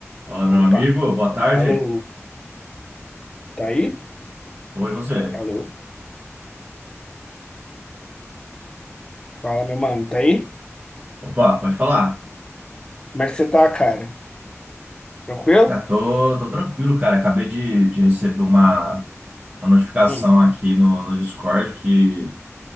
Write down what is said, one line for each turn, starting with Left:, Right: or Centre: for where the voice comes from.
Right: Fala, meu
Left: Opa,
Right: amigo, boa tarde.
Left: alô, tá aí?
Right: Tô com você.
Left: Alô, fala meu mano, tá aí?
Right: Opa, pode falar.
Left: Como é que você tá, cara? Tranquilo?
Right: Cara, tô, tô tranquilo, cara. Acabei de, de receber uma, uma notificação
Left: Hum,
Right: aqui no, no Discord que